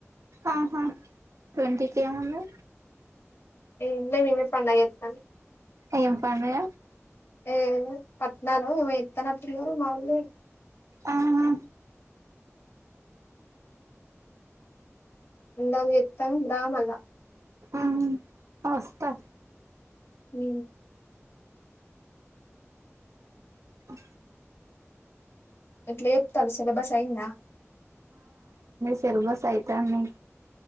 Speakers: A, on the right; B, on the left.
A: ఆహా ట్వంటీ కే ఉంది
B: ఏం లే మేమే పండగ ఏతనం
A: ఏం పండుగ
B: ఏ పట్నాలో ఏవో తన పిల్లరు మాఊళ్లే
A: ఆహా
B: నాకు జెతాంది రామల్ల
A: అమ్ అస్తా
B: ఊ
A: ఓ
B: ఎట్ల ఎప్తలు సిలబస్ ఐందా
A: తెరు బస్ అయితనయ్